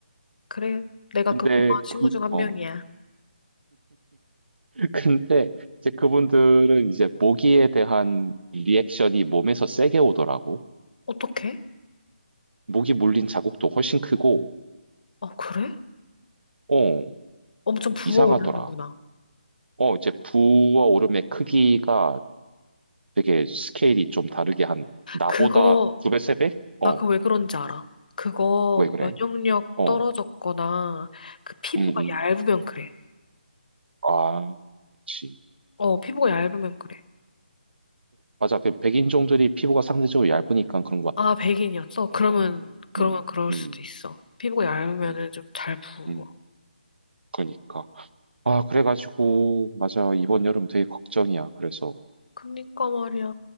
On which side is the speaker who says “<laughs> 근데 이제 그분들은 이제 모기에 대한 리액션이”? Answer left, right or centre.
Right